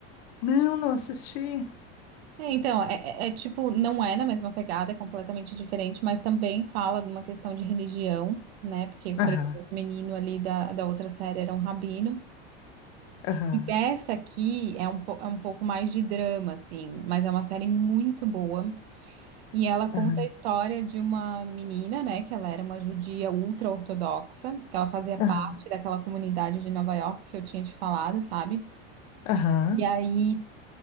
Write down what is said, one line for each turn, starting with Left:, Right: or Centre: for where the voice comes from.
Left: Não, não assisti.
Right: É, então, é, é- é tipo, não é na mesma pegada, é completamente diferente, mas também fala de uma questão de religião, né? Porque, por
Left: Aham.
Right: exemplo, esse menino ali da, da outra série era um rabino.
Left: Aham.
Right: E dessa aqui é um, po- é um pouco mais de drama, assim, mas é uma série muito boa. E ela conta
Left: Aham.
Right: a história de uma menina, né? Que ela era uma judia ultra-ortodoxa, que ela fazia
Left: Aham.
Right: parte daquela comunidade de Nova York que eu tinha te falado, sabe?
Left: Aham.
Right: E aí.